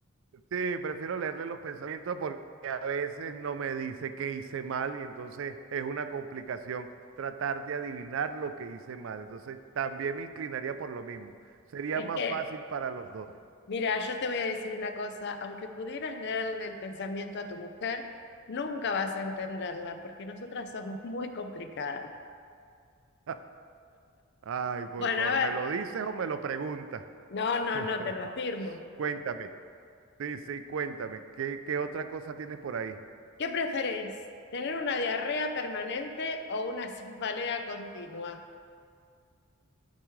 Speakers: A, on the right (about 60°); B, on the left (about 55°).
A: Sí, prefiero leerle los pensamientos porque a veces no me dice qué hice mal y entonces es una complicación tratar de adivinar lo que hice mal. Entonces también me inclinaría por lo mismo. Sería
B: es
A: más
B: que
A: fácil para los dos.
B: Mira, yo te voy a decir una cosa, aunque pudieras leerle el pensamiento a tu mujer, nunca vas a entenderla, porque nosotras somos muy complicadas.
A: <laughs> Ay, por
B: Bueno,
A: favor,
B: a ver,
A: ¿me lo dices o me lo preguntas?
B: no, no,
A: <laughs>
B: no, te lo afirmo.
A: Cuéntame. Sí, sí, cuéntame, ¿qué, qué otra cosa tienes por ahí?
B: ¿Qué preferís? ¿Tener una diarrea permanente o una cefalea continua?